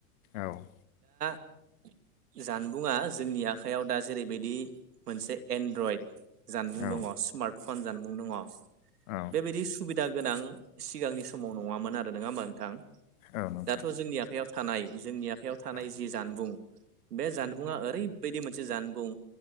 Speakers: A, on the left (about 60°); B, on the right (about 85°).
A: औ।
B: <inaudible> जानबुंङा जोंनि आखाइयाव दा जेरै'बायदि मोनसे एन्ड्रइड जानबुं
A: औ
B: दङ स्मार्ट फन जानबुं दङ'
A: औ
B: बेबायदि सुबिद दा गोनां सिगांनि समाव नङामोन आरो नङा होमबा नोंथां।
A: औ नोंथां
B: दाथ' जोंनि आखयाव थानाय जोंनि आखयाव थानाय
A: औ
B: जि जानबुं बे जानबुंङा ओरै'बायदि मोनसे जानबुं